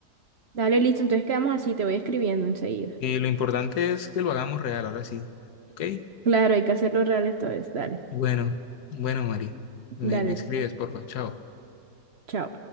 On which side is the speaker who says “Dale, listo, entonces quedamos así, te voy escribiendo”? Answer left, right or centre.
Right